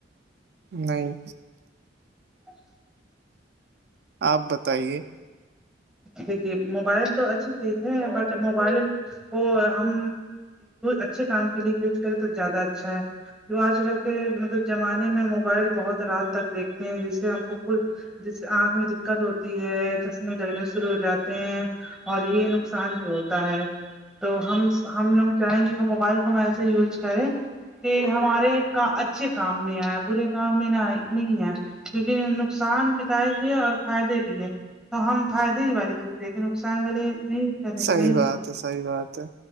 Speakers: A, on the right; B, in the centre.
A: نہیں
B: اچ
A: آپ بتائیے
B: دیکھیے موبائل تو اچھی چیز ہے بٹ موبائل وہ ہم اچھے کام کے لیے یوز کریں تو زیادہ اچھا ہے جو آج کل کے مطلب زمانے میں موبائل بہت رات تک دیکھتے ہیں جس سے ہم کو کچھ جس سے آنکھ میں دقت ہوتی ہے چشمے لگنے شرع ہو جاتے ہیں اور یہ نقصان بھی ہوتا ہے تو ہم ہم لوگ چاہیں گے کہ موبائل کو میں ایسے یوز کرے کہ ہمارے کا اچھے کام میں آئے برے کام میں نہ آئے نہیں ہے کیونکہ نقصان بھی دائ بھی ہے اور فائدے بھی ہے تو ہم فائدے ہی والی چیز ہے کہ نقصان والے نہیں کرنے
A: صحیح
B: نہیں
A: بات
B: س
A: ہے صحیح بات ہے